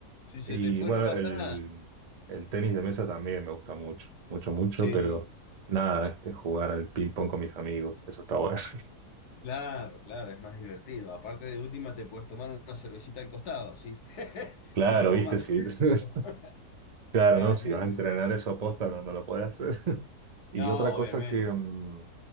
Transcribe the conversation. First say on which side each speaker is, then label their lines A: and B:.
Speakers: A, on the left (about 75°); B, on the right (about 50°).
A: Si se
B: Y
A: te fue,
B: bueno,
A: no pasa
B: el,
A: nada.
B: el tenis de mesa también me gusta mucho, mucho, mucho,
A: Sí,
B: pero nada, es jugar al ping pong con mis amigos, eso está bueno. <laughs>
A: claro, claro, es más divertido. Aparte de última, te puedes tomar una cervecita al costado, sí. <laughs>
B: Claro,
A: Es como
B: viste,
A: más
B: sí.
A: recreativo.
B: <laughs>
A: <laughs>
B: Claro,
A: Nada,
B: no, si
A: es muy
B: vas
A: divertido.
B: a entrenar eso posta no, no lo podés hacer. <laughs>
A: No,
B: Y otra cosa
A: obviamente.
B: que mm,